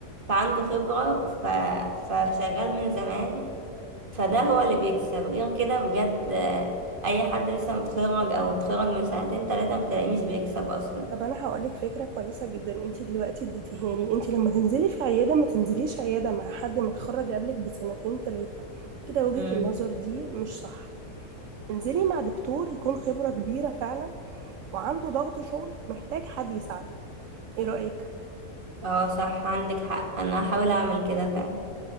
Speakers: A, on the right; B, on the right.
A: فعنده خبرة ف... فشغال من زمان فده هو اللي بيكسب غير كده بجد آه، أي حد لسه متخرج أو متخرج من سنتين تلاتة بتلاقيه مش بيكسب أصلا
B: طب انا هقولك فكرة كويسة جدا انت دلوقتي اديتيهاني انت لما تنزلي في عيادة ما تنزليش عيادة مع حد متخرج قبلك بسنتين ثلاثة كده وجهة
A: مم.
B: النظر دي مش صح انزلي مع دكتور يكون خبرة كبيرة فعلا وعنده ضغط شغل محتاج حد يساعده ايه رأيك
A: اه صح عندك حق أنا هحاول أعمل كده فعلا